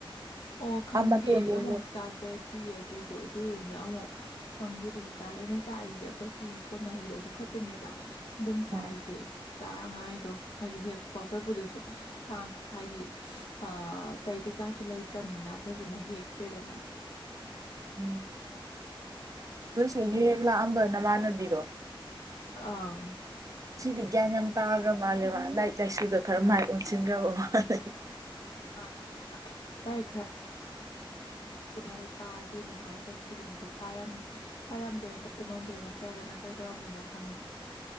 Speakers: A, on the left; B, on the right.
A: ꯑꯣ ꯈꯪꯗꯦ
B: ꯑꯥ ꯃꯇꯣꯟ
A: ꯑꯩꯗꯤ
B: ꯂꯣꯏ
A: ꯑꯃꯨꯛ
B: ꯂꯩ
A: ꯆꯥꯖꯗ꯭ꯔꯤ ꯑꯗꯨꯏꯗꯣ ꯑꯗꯨꯏꯗꯨꯅ ꯑꯃꯨꯛ ꯈꯪꯗꯦ ꯑꯗꯨꯁꯨ ꯆꯥꯏ ꯑꯩꯅ ꯆꯥꯏꯖꯤꯗꯤ ꯑꯈꯣꯏ ꯁꯤꯒꯤ ꯀꯣꯟꯅꯔꯒꯤꯗꯣ ꯑꯗꯨ ꯈꯠꯇꯅꯦꯕ ꯑꯗꯨꯝ ꯆꯥꯏꯁꯦ
B: ꯎꯝ
A: ꯆꯥꯔꯉꯥꯏꯗꯣ ꯍꯥꯏꯗꯤ ꯍꯦꯛꯄ ꯀꯩꯄꯗꯨꯁꯨ ꯊꯥꯡ ꯍꯥꯏꯗꯤ ꯑꯥ ꯆꯩ ꯀꯩꯀꯥꯁꯨ ꯂꯩꯇ꯭ꯔꯝꯅꯤꯅ ꯐꯖꯅ ꯍꯦꯛꯇ꯭ꯔꯦꯗꯅ
B: ꯎꯝ ꯁꯤ ꯍꯦ ꯍꯦꯛ ꯂꯥꯑꯝꯕ ꯅꯃꯥꯟꯅꯕꯤꯗꯣ
A: ꯑꯥ
B: ꯁꯤꯗꯤ ꯒ꯭ꯌꯥꯟ ꯌꯥꯝ ꯇꯥꯒ꯭ꯔ ꯃꯥꯜꯂꯦ ꯃꯥ ꯂꯥꯏꯛ ꯂꯥꯏꯁꯨꯗ ꯈꯔ ꯃꯥꯏ ꯑꯣꯟꯁꯤꯟꯒꯔꯕ ꯃꯥꯜꯂꯦ
A: <unintelligible> ꯂꯥꯌꯤꯛ ꯈꯔ <unintelligible> ꯄꯥꯗꯦꯅ ꯍꯥꯏꯔ ꯆꯠꯈꯤꯕꯅꯦ ꯑꯗꯨ ꯄꯥꯔꯝ ꯄꯔꯝꯗꯣꯏꯔ <unintelligible> ꯇꯨꯝꯃꯝꯗꯣꯏ ꯅꯠꯇ꯭ꯔꯒꯅ ꯀꯩ ꯗꯧꯔꯝꯗꯣꯏꯅꯣ ꯈꯪ